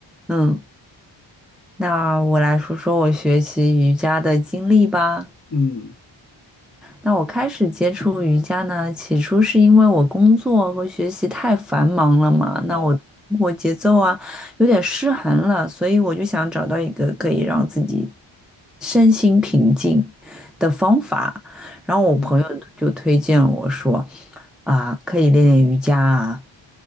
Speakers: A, in the centre; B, on the left (about 35°).
A: 嗯，那我来说说我学习瑜伽的经历吧。
B: 嗯，
A: 那我开始接触瑜伽呢，起初是因为我工作和学习太繁忙了嘛，
B: 哦，
A: 那我生活节奏啊有点失衡了，所以我就想找到一个可以让自己身心平静的方法。然后我朋友就推荐我说，
B: 嗯，
A: 啊，可以练练瑜伽啊。